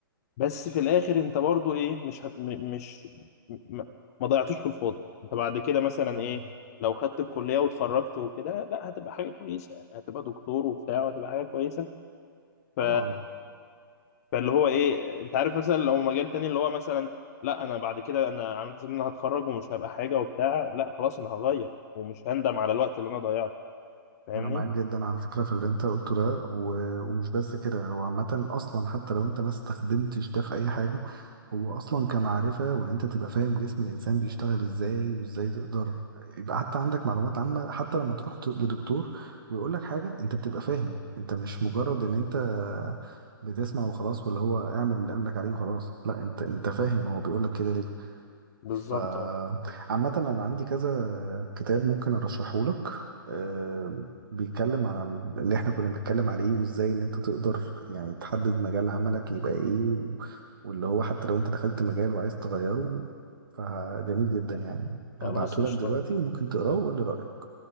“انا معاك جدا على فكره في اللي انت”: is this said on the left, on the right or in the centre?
Right